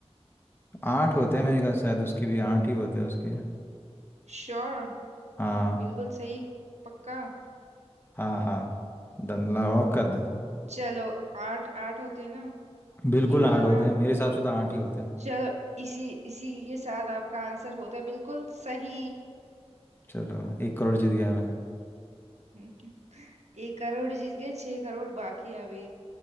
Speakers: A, on the left; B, on the right.
A: आठ होते हैं मेरे ख्याल से शायद उसके भी आठ ही होते हैं उसके
B: श्योर
A: हाँ
B: बिल्कुल सही पक्का
A: हाँ हाँ डन ला लॉक कर दे तू
B: चलो आठ आठ होते हैं ना
A: बिल्कुल
B: ये
A: आठ
B: बोला
A: होते
B: ना आपने
A: हैं मेरे हिसाब से तो आठ ही होते हैं
B: चलो इसी इसी के साथ आपका आंसर होता है बिल्कुल सही
A: चलो एक करोड़ जीत गया मैं
B: हम्म, एक करोड़ जीत गए छह करोड़ बाकी हैं अभी